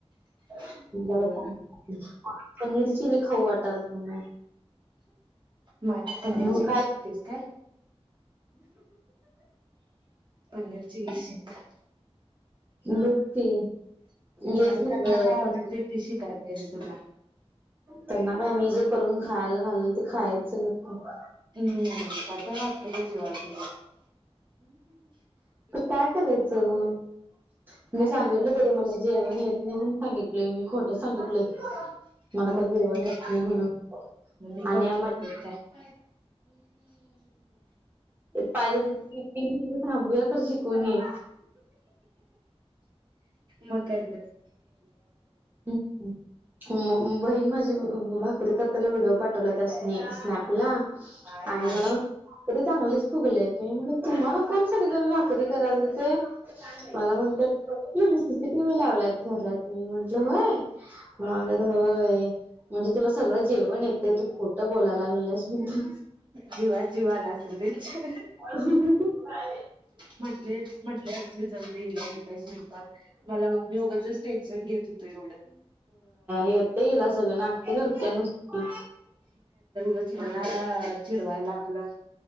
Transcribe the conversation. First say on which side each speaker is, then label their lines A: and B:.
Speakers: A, on the right (about 20°); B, on the right (about 45°).
A: ज
B: हम्म.
A: पनीर चिली खाऊ वाटाल तुम
B: मग आता पनीर
A: म
B: चिली
A: काय
B: शिकतेस काय पनीीर चि ल शेख
A: बसती घेत
B: आता त्यांना
A: म
B: काय आवडते
A: पण
B: ते शिकाय पाहिजे तुला
A: त्यांना काय मी जे करून खायला घालल ते खायचं फक्त.
B: हम्म त्या ते वाातता का जेवाच
A: काय करायचं म
B: काय
A: मी सांगितल
B: करायचं
A: तरी
B: मग
A: मला
B: शिकायचं
A: जेवण येत
B: काय?
A: नाही म्हण सांगितलंय मी खोट सांगितलं आपले मला
B: मग
A: काही जेवण
B: त्याने
A: येत
B: काय
A: नाही म्हणून
B: मग मी
A: आणि
B: करतो
A: हम्
B: म्हटलं काय
A: पाहिजे थांबू या करर शिकूणीय
B: मका
A: म बहीण माझी भाकरी करताना व्हिडिओ पाठवला त्यासनी स्नॅपला
B: हा
A: आणि मला तरी चांगलीच फगलंय की म्ह तुम्हाला कोण सांगितलं मी भाकरी करायल तर ते मला म्हणतात टी व्ही लावलात घरात मी म्हंटलं होय होय. म्हणजे तुला सगळं जेवण येते तू खोटं बोलायला लागलंस म्हण.
B: जीवा जीवाला असल त्यां,
A: अ ह
B: म्हले म्हटले असतील जाऊदे हिला येतोय स्वयंपाक, मला उगाचच टेन्शन होतो एवढं
A: ह अ हिला सगळं सगळं नाटकी करत नुसती.
B: णा चिडवायला आपलं,